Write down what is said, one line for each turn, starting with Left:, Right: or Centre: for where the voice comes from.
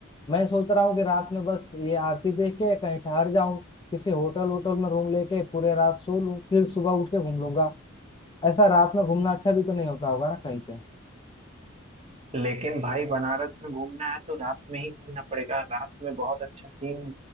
Left: मैं सोच रहा हूँ कि रात में बस ये आरती देख के कहीं ठहर जाऊं किसी होटल वोटल में रूम लेके पूरे रात सो लूं फिर सुबह उठ के घूम लूंगा ऐसा रात में घूमना अच्छा भी तो नहीं होता होगा ना कहीं पे
Right: लेकिन भाई बनारस में घूमना है तो रात में ही घूमना पड़ेगा रात में बहुत अच्छा सीन